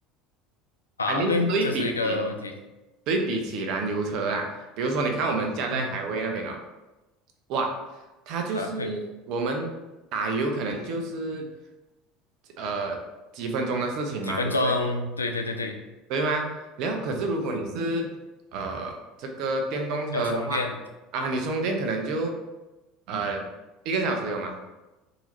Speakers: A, on the left; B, on the right.
A: 啊，
B: I mean，
A: 对，
B: 对比起
A: 这是一个问题。
B: 对比起燃油车啦，比如说你看我们家在海威那边哦，
A: 嗯哼，
B: 哇，它就是
A: 啊，对，
B: 我们打油可能就是呃几分钟的事情嘛，
A: 几分钟，
B: 对不对？
A: 对对对对，
B: 对吗？然后可是如果你是呃这个电动车的话，
A: 要充电，
B: 啊，你充电可能就呃一个小时有吗？